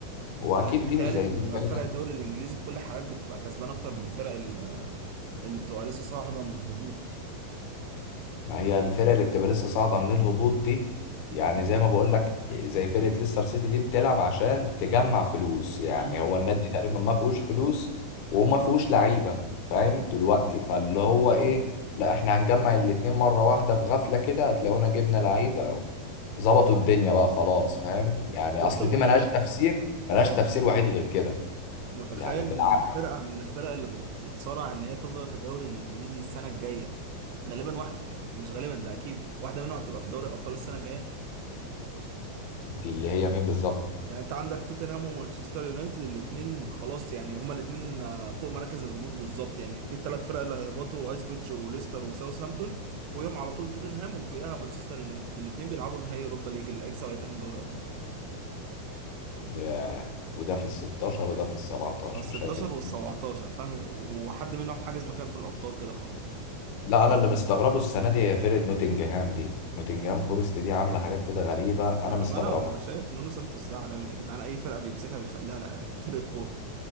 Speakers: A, on the left; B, on the right.
A: واكيد
B: يعني بيتهيألي
A: دي مش زي
B: ان
A: دي فعلا
B: فرق الدوري الانجليزي في كل الحالات بتبقى كسبان اكتر من الفرق ال- اللي بتبقى لسه صاعده من الهبوط
A: ما هي الفرق اللي بتبقى لسه صاعدة من الهبوط دي يعني زي ما بقول لك زي فرقة ليستر سيتي دي بتلعب عشان تجمع فلوس يعني
B: امم
A: هو النادي تقريبا ما فيهوش فلوس وما فيهوش لعيبة فاهم دلوقتي فاللي هو ايه لا احنا هنجمع الاتنين مرة واحدة في غفلة كده هتلاقونا جبنا لعيبة ظبطوا الدنيا بقى خلاص فاهم يعني
B: وانت
A: اصل دي ملهاش تفسير ملهاش تفسير وحيد غير كده
B: متخيل
A: يعني بالعقل
B: ان فرقه من الفرق اللي بت- بتصارع ان هي تفضل في الدوري الانجليزي السنه الجايه غالبا واحد مش غالبا ده اكيد واحده منهم هتبقى في دوري الابطال السنه الجايه
A: دي اللي هي مين بالظبط
B: يعني انت عندك توتنهام ومانشستر يونايتد الاثنين خلاص يعني هما الاثنين فوق مراكز الهبوط بالظبط يعني في الثلاث فرق اللي هيهبطوا ايسبيتش وليستر وساوثهامبتون فوقيهم على طول توتنهام وفوقيها مانشستر يونايتد الاثنين بيلعبوا نهائي اوروبا ليج اللي هيكسب هيتاهل دوري ابطال
A: ياه، وده في ال 16 وده في ال 17
B: ال 16
A: شايف الدنيا
B: وال 17 فاهم وحد منهم حاجز مكان في الابطال كده خلاص
A: لا انا اللي مستغربه السنه دي هي فرقه نوتنجهام دي نوتنجهام فورست دي عامله حاجات كده غريبه انا
B: لا بقى
A: مستغربها
B: انا شايف نونو سانتوس ده عالمي يا جدعان اي فرقه بيمسكها بيخليها لا- فرقه كوره